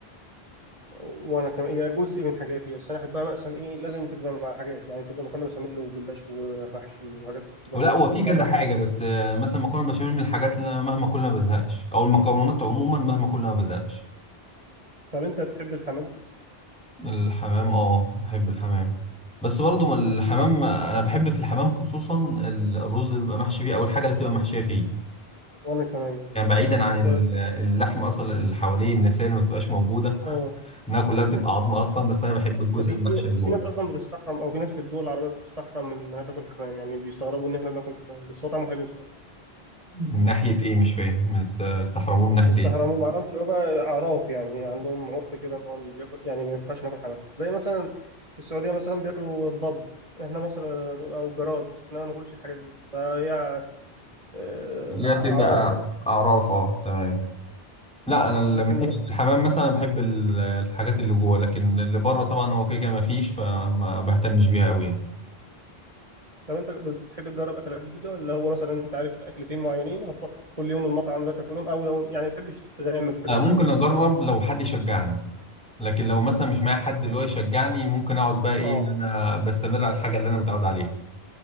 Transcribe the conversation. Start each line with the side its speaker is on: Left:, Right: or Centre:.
Right: وانا كمان هي جزء من حاجاتي بس انا احبها مثلا ايه لازم تبقى مع حاجات يعني تبقى مكرونه بشاميل وجلاش ومحشي وحاجات تبقى
Centre: ولا
Right: جنب
Centre: هو
Right: جنب
Centre: في كذا
Right: بعضها
Centre: حاجه
Right: كده
Centre: بس آه، مثلا المكرونه البشاميل من الحاجات اللي انا مهما كل ما بزهقش او المكرونات عموما مهما كل ما بزهقش
Right: طب انت تحب الحمام
Centre: الحمام اه بحب الحمام بس برضو ما الحمام انا بحب في الحمام خصوصا ال- الرز اللي بيبقى محشي فيه او الحاجه اللي بتبقى محشيه فيه
Right: وانا كمان
Centre: يعني بعيدا عن
Right: وال-
Centre: ال- اللحمه اصلا اللي حواليه النساء اللي ما بتبقاش موجوده
Right: اه
Centre: انها كلها بتبقى عظمه اصلا بس انا بحب الجزء
Right: ده في
Centre: المحشي
Right: في
Centre: اللي جوه
Right: في ناس اصلا بتستحرم او في ناس في الدول العربيه بتستحرم انها تاكل حمام يعني بيستغربوا ان احنا بناكل حمام بس هو طعمه حلو
Centre: من ناحية إيه مش فاهم است- استحرموه من ناحية
Right: بيستحرموا
Centre: إيه؟
Right: ما اعرفش هو بقى اعراف يعني عندهم عرف كده ان هو اللي بياكل يعني ما ينفعش ناكل حمام زي مثلا في السعوديه مثلا بياكلوا الضب احنا مصر او الجراد احنا ما ناكلش الحاجات دي فهي آه،
Centre: اللي
Right: اعراف
Centre: هي بتبقى
Right: يعني
Centre: أعراف أه تمام لا أنا اللي
Right: لكن
Centre: من حتة الحمام مثلا بحب ال- الحاجات اللي جوه لكن اللي بره طبعا هو كده كده مفيش فما بهتمش بيها أوي يعني
Right: طب انت بتحب تجرب اكلات جديده ولا هو مثلا انت عارف اكلتين معينين هتروح كل يوم المطعم ده تاكلهم او لو يعني ما تحبش تغامر في الاكل
Centre: أنا ممكن
Right: يعني
Centre: أجرب لو حد يشجعني لكن لو مثلا مش معايا حد اللي هو يشجعني ممكن أقعد بقى إيه
Right: اه
Centre: اللي أنا بستمر على الحاجة اللي أنا متعود عليها